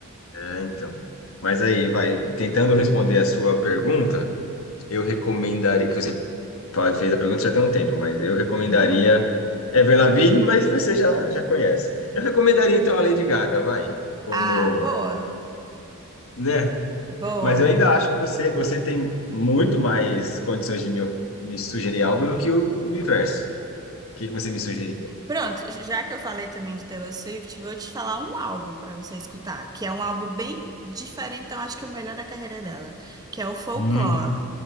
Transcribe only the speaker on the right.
<laughs>
Ah, boa,
boa.
Pronto, já que eu falei também de Taylor Swift, vou te falar um álbum para você escutar, que é um álbum bem diferente, então acho que é o melhor da carreira dela, que é o Folklore.